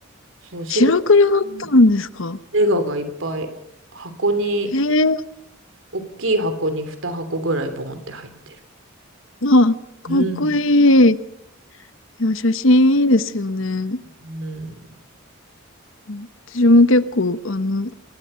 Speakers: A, on the right (about 65°); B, on the left (about 70°).
A: そう、白黒の
B: 白黒だったんですか
A: ネガがいっぱい箱に、
B: へえ、
A: 大きい箱に2箱ぐらいボンって入ってる。
B: あ、かっこいい。
A: うん。
B: いや、写真いいですよね。
A: うん。
B: うん私も結構、あの、